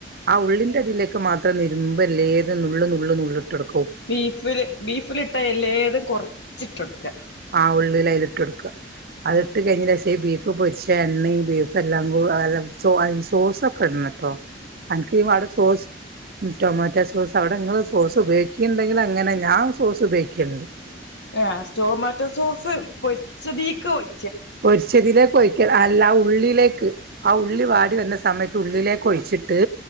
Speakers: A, on the right; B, on the left.
A: ആ ഉള്ളിന്റെ തിലേക്ക് മാത്രം നിരുമ്പല്ലേ ഏത് നുള്ള് നുള്ള് നുള്ള് ഇട്ടൊട്ക്കും.
B: ബീഫ് ല് ബീഫല് ട്ടാ എല്ലേതും കൊർച്ചിട്ടൊട്ക്ക
A: ആഹ് ഉള്ള്ല് അയ്ലിട്ടൊട്ക്ക അതിട്ട്
B: ആ
A: കഴിഞ്ഞേന്റെഷം ഈ ബീഫ് ക്കെ പൊര്ച്ച എണ്ണിം ബീഫു എല്ലാം കൂ സോസൊക്ക ഇടണംട്ടോ. അൻക്ക് ഇവാടെ സോസ് ടൊമാറ്റോ സോസ് അവിടെങ്ങള് സോസ് ഉപയോഗിക്കീണ്ടെങ്കില് അങ്ങനെ ഞാൻ സോസ് ഉപയോഗിക്കൽണ്ട്
B: ഏ സ്‌റ്റോമാറ്റോ സോസ് പൊരിച്ചതീക്ക് ഒയി
A: പൊരിച്ചതിലേക്ക് ഒഴിക്കൽ അല്ല ആ ഉള്ളിയിലേക്ക് ആ ഉള്ളി വാടി വന്ന സമയ തുള്ളിലേക്കൊഴിച്ചിട്ട്